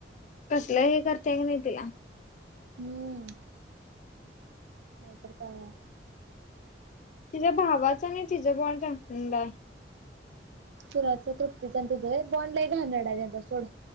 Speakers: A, on the left; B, on the right.
A: कसलं हे करताय की नाही तिला
B: हम्म नाही तर काय
A: तिच्या भावाचं आणि तिझ बणचाड
B: तृप्तीचा तु बॉन घड आहेचा सोड